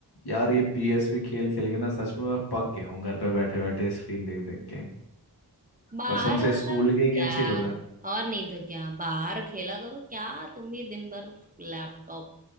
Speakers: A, on the left; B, on the right.
A: यार ये पीएसपी खेल खेल के ना सच में मैं पक गया हूँ घर पे बैठे बैठे स्क्रीन देख देख के
B: बाहर
A: कसम से
B: वाला
A: स्कूल के
B: यार
A: गेम से ही बढ़िया
B: और नहीं तो क्या बाहर खेला करो क्या तुम भी दिन भर लैपटॉप